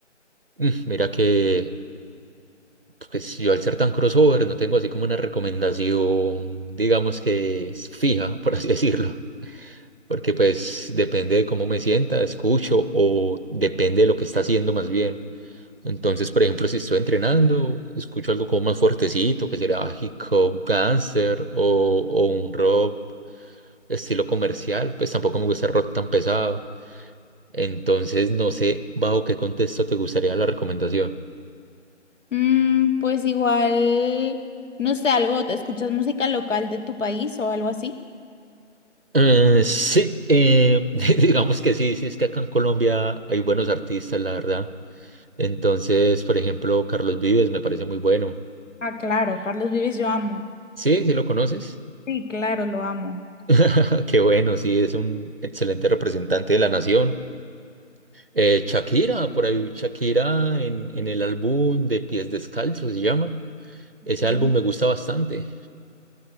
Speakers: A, on the right; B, on the left.
A: Mm, Mira que, pues yo al ser tan crossover no tengo así como una recomendación, digamos que es fija, por así <laughs> decirlo, porque pues depende de cómo me sienta, escucho o depende de lo que está haciendo más bien. Entonces, por ejemplo, si estoy entrenando, escucho algo como más fuertecito, que será hip hop, gangster o, o un rock estilo comercial, pues tampoco me gusta el rock tan pesado. Entonces, no sé bajo qué contexto te gustaría la recomendación.
B: Mm, pues igual, no sé, algo, ¿te ¿escuchas música local de tu país o algo así?
A: Eh, sí, eh, <laughs> digamos que sí, sí, es que acá en Colombia hay buenos artistas, la verdad. Entonces, por ejemplo, Carlos Vives me parece muy bueno.
B: Ah, claro, Carlos Vives yo amo.
A: Sí, sí lo conoces.
B: Sí, claro, lo amo.
A: <laughs> Qué bueno, sí, es un excelente representante de la nación. Eh, Shakira, por ahí Shakira en, en el álbum de Pies Descalzos se llama. Ese
B: Ok.
A: álbum me gusta bastante.